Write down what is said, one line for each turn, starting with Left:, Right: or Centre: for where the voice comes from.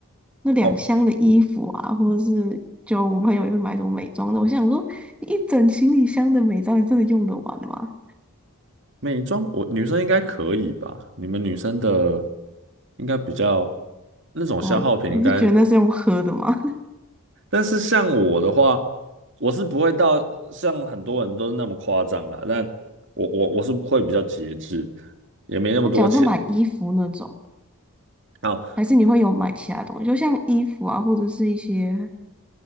Centre: 那两箱的衣服啊，
Right: 哦，
Centre: 或者是就我朋友也会买什么美妆的，我想说一整行李箱的美妆，你真的用得完吗？
Right: 美妆我女生应该可以吧？你们女生的应该比较那种消耗品应该，
Centre: 哇，你是觉得那是用喝的吗？
Right: 但是像我的话，我是不会到像很多人都是那么夸张啦，但我我我是会比较节制，也没那么多钱。
Centre: <laughs> 那假如说买衣服那种，
Right: 好，
Centre: 还是你会有买其他东西，就像衣服啊，或者是一些。